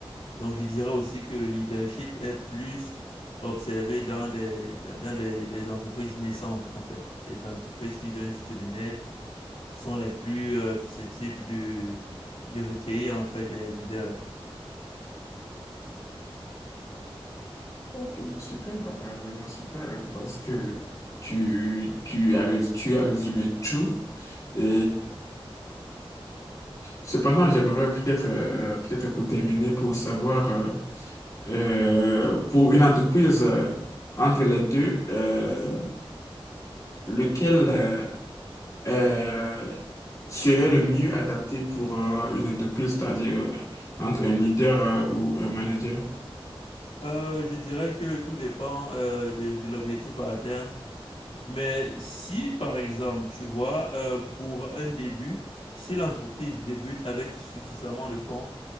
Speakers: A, on the left (about 75°); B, on the left (about 35°).
A: Donc, je dirais aussi que le leadership est plus observé dans des, dans dans des, des entreprises naissantes, en fait. Les entreprises qui viennent juste de naître sont les plus euh, susceptibles de, de recueillir, en fait, des leaders.
B: Ok, bah, super, Ah, bah, vraiment super. Je pense que tu, tu as, tu as résumé tout. Et cependant, j'aimerais peut-être, euh, peut-être pour terminer, pour savoir. euh, euh, pour une entreprise euh, entre les deux, euh, lequel euh, euh, serait le mieux adapté pour euh, une entreprise, c'est-à-dire euh, entre un leader euh, ou un manager?
A: Euh, je dirais que tout dépend euh, de, de l'objectif à atteindre. Mais si, par exemple, tu vois, euh, pour un début, si l'entreprise débute avec suffisamment de fonds,